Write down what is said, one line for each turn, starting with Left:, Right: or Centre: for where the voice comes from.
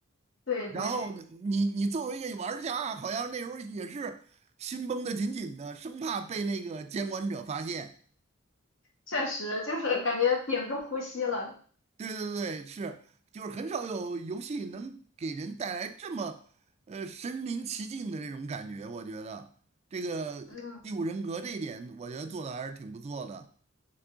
Left: 对对，
Right: 然后呢，你你作为一个玩家，好像那时候也是心绷得紧紧的，生怕被那个监管者发现。
Left: 确实就是感觉屏住呼吸了。
Right: 对对对，是，就是很少有游戏能给人带来这么，呃，身临其境的这种感觉。我觉得这个《第五人格》这一点，
Left: 嗯。
Right: 我觉得做的还是挺不错的。